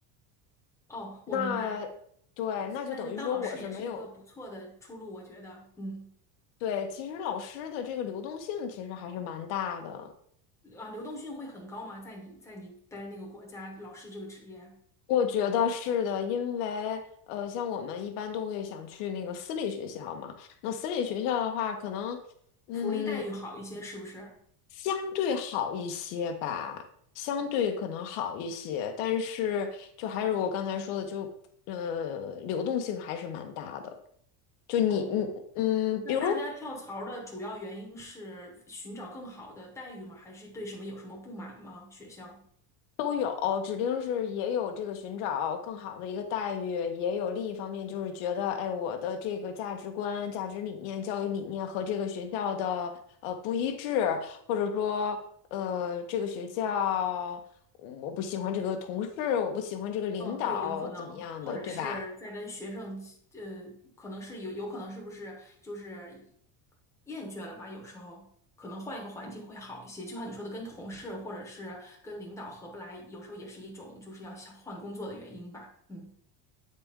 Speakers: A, in the centre; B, on the left (about 70°).
A: 哦，
B: 那对，
A: 我明白。
B: 那就等于说我是没有
A: 但是当老师也是一个不错的出路，我觉得。嗯，
B: 对，其实老师的这个流动性其实还是蛮大的，
A: 啊，流动性会很高吗？在你在你待的那个国家，老师这个职业，
B: 我觉得是的，因为呃，像我们一般都会想去那个私立学校嘛，那私立学校的话，可能嗯
A: 福利待遇好一些，是不是？
B: 相对好一些吧，相对可能好一些，但是就还是我刚才说的，就呃流动性还是蛮大的。就你你嗯，
A: 哦，
B: 比如
A: 那大家跳槽的主要原因是寻找更好的待遇吗？还是对什么有什么不满吗？学校？
B: 都有，指定是也有这个寻找更好的一个待遇，也有另一方面就是觉得，哎，我的这个价值观、价值理念、教育理念和这个学校的呃不一致，或者说呃这个学校我不喜欢这个同事，我不喜欢这个领导怎么样的，
A: 哦，对，有可能，或者是在跟学生，
B: 对吧？
A: 呃，可能是有，有可能是不是就是厌倦了吧？有时候可能换一个环境会好一些。就像你说的，跟同事或者是跟领导合不来，有时候也是一种就是要想换工作的原因吧。嗯。